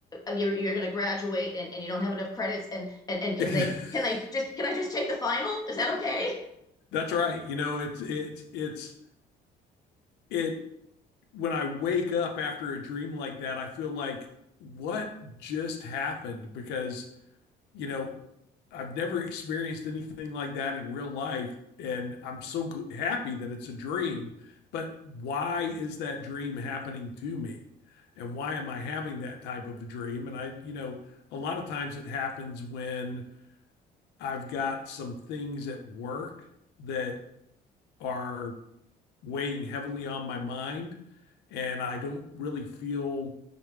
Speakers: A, on the left; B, on the left.
A: uh, you're, you're going to graduate and, and you don't have enough credits and, and and can
B: <laughs>
A: they can they just can I just take the final? Is that okay?
B: that's right. You know, it's it's it's it when I wake up after a dream like that, I feel like what just happened because, you know, I've never experienced anything like that in real life and I'm so gl- happy that it's a dream, but why is that dream happening to me? And why am I having that type of a dream? And I, you know, a lot of times it happens when I've got some things at work that are weighing heavily on my mind, and I don't really feel